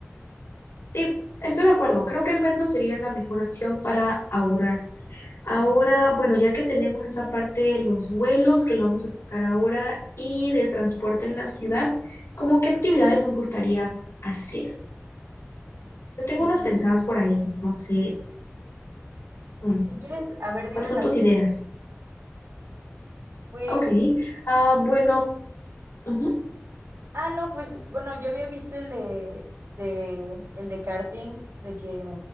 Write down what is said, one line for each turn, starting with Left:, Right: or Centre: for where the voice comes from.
Left: Sí, estoy de acuerdo. Creo que el metro sería la mejor opción para ahorrar. Ahora, bueno, ya que tenemos esa parte de los vuelos, que lo vamos a checar ahora, y del transporte en la ciudad, ¿cómo qué actividades nos gustaría hacer? Yo tengo
Right: Mm,
Left: unas pensadas por ahí, no sé. mm,
Right: si quieres, a ver, dímelas
Left: ¿Cuáles son tus ideas?
Right: tú. Pues
Left: Ok. Ah, bueno. ujú.
Right: Ah, no, pues bueno, yo había visto el de, de, el de karting, de que